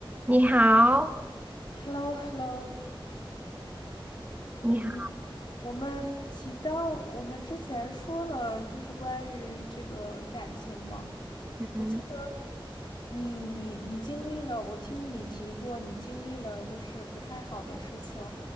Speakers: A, on the right (about 20°); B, on the left (about 60°).
A: 你好，
B: h e l l o h e l l o
A: 你好，
B: 嗯，我们提到我们之前说了，就是关于这个感情嘛。你我记得
A: 嗯，
B: 你你你经历了，我听你提过，你经历了就是不太好的事情，